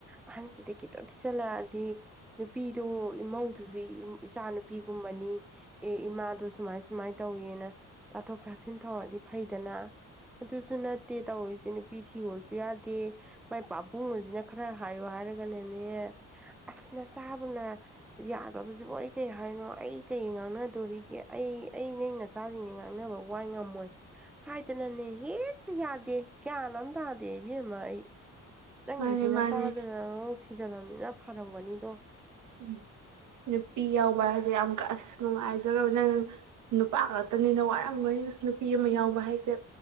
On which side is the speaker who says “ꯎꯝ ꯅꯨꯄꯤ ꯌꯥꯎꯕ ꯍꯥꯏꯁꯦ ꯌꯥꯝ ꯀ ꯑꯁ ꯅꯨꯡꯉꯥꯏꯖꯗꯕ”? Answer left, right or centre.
Right